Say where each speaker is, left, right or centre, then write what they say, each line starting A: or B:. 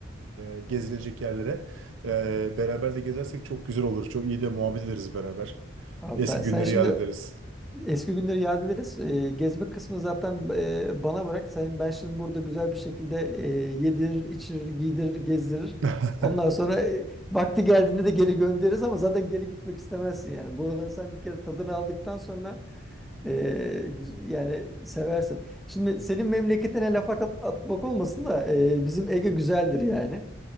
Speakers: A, on the right; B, in the centre.
A: e, gezilecek yerlere. E, beraber de gezersek çok güzel olur. Çok iyi de muhabbet ederiz beraber.
B: abi
A: Eski
B: ben, sen
A: günleri
B: şimdi
A: yad ederiz.
B: eski günleri yad ederiz. Ee, gezme kısmını zaten e, bana bırak. Sen, ben şimdi burada güzel bir şekilde e, yedirir, içirir, giydirir, gezdirir.
A: <laughs>
B: Ondan sonra e, vakti geldiğinde de geri göndeririz ama zaten geri gitmek istemezsin. Yani buraları sen bir kere tadını aldıktan sonra e, güz- yani seversin. Şimdi senin memleketine laf at- atmak olmasın da e, bizim Ege güzeldir yani.